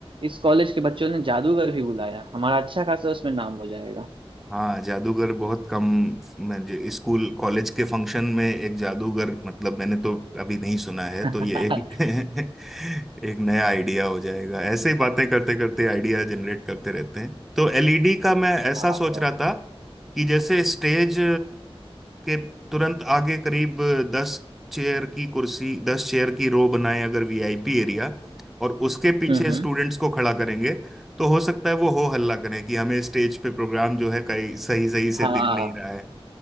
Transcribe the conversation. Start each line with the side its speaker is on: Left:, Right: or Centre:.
Right: इस कॉलेज के बच्चों ने जादूगर भी बुलाया हमारा अच्छा खासा उसमें नाम हो जाएगा
Centre: हाँ जादूगर बहुत कम मैं जो स्कूल कॉलेज के फंक्शन में एक जादूगर मतलब मैंने तो अभी नहीं सुना है
Right: <laughs>
Centre: तो ये एक
Right: हाँ
Centre: <laughs> एक नया आइडिया हो जाएगा ऐसे ही बातें करते करते आइडिया जनरेट करते रहते हैं तो एलईडी का मैं ऐसा
Right: हाँ
Centre: सोच
Right: हाँ
Centre: रहा था कि जैसे स्टेज के तुरंत आगे करीब दस चेयर की कुर्सी दस चेयर की रो बनाए अगर वीआईपी एरिया और उसके पीछे
Right: हम्म
Centre: स्टूडेंट्स
Right: हम्म,
Centre: को खड़ा करेंगे तो हो सकता है वो हो हल्ला करें कि हमें स्टेज पे प्रोग्राम जो है कहीं सही सही से
Right: हाँ
Centre: दिख नहीं रहा है